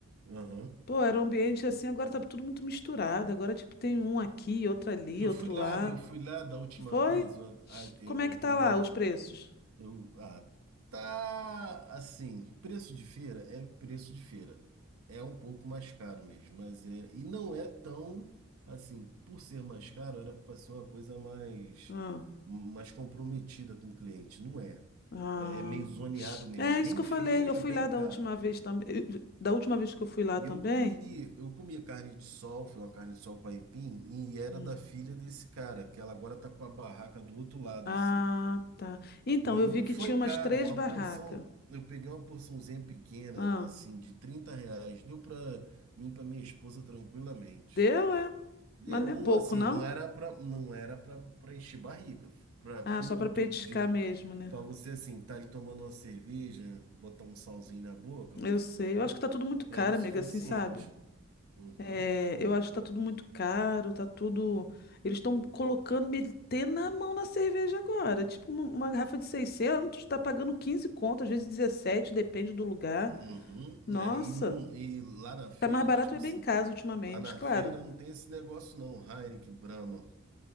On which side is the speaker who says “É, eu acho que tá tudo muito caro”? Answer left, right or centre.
Left